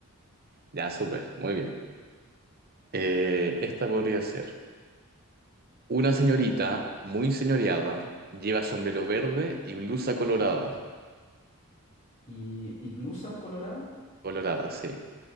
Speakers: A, on the right; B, on the left.
A: Ya, súper, muy bien. Eh, esta podría ser. Una señorita muy señoreada lleva sombrero verde y blusa colorada.
B: Y, y blusa colorada,
A: Colorada, sí.